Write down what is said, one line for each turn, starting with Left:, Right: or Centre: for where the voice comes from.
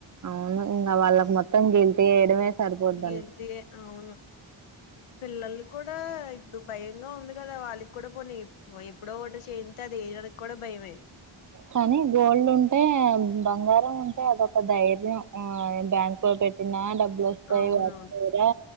Right: అవును ఇంకా వాళ్ళకి మొత్తం గెల్తి వేయడమే సరిపోద్దండి
Left: గిల్తి ఏ అవును పిల్లలు కూడా ఇ భయంగా ఉంది కదా వాళ్ళకి కూడా పోనీ ఎప్పుడో ఓటర్ చేయింత అది వేయడానికి కూడా భయమే.
Right: కానీ గోల్డ్ ఉంటే బంగారం ఉంటే అదొక ధైర్యం ఆ బ్యాంక్ లో పెట్టిన డబ్బ్ స్తాయ్
Left: అవునవును
Right: వత్తయ్రా